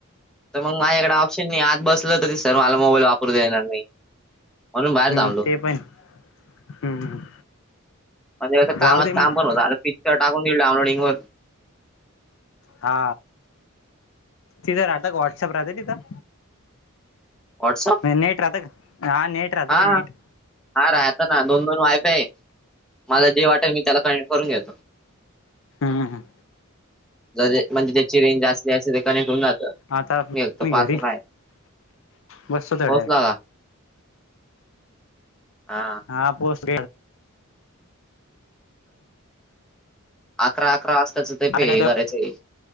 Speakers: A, in the centre; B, on the left.
A: तर मग माझ्याकडडे ऑप्शन नाही आत बसलं तर ते सर् मला मोबाईल वापरू देणार नाही म्हणून बाहेर
B: हम्म,
A: थांबलो
B: ते पण हम्म,
A: म्हणजे कामात
B: जाऊ दे मग
A: काम पण होत आता पिक्चर टाकून दिऊल ानलोडिंग वर
B: हा तिथं राहत व्हॉटसअप राहत तिथं
A: वॉटसअप
B: नेट राताक हा नेट राहतं
A: हा
B: का नेट
A: हा राहता ना दोन दोन वायफ आहे मला जे वाटेल मी त्याला कक्ट करून घेतो
B: हम हं
A: ज म्हणजे त्याची रंज असली असे ते कनेक्ट होऊन जातं
B: आता
A: मी एक तर पाहतो
B: घरी
A: काय
B: बसतो थोड्या
A: पोचला
B: वेळ
A: का हा
B: हा पोस्ट
A: अकरा अकरा वाजताच ते पे
B: काय
A: हे करायचं हे